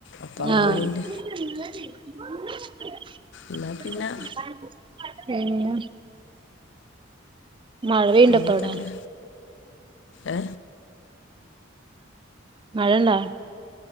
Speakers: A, on the left; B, on the right.
A: അപ്പൊ അവ്ടെ
B: ആഹ്
A: പണീണ്ട്.
B: <unintelligible> <unintelligible>
A: എന്നാ പിന്നെ
B: പിന്നെ? മഴ പെയ്ണ്ട്പ്പെഅവിടെ?
A: പിന്നത്തൊക്കെ ഏ
B: മഴണ്ടാ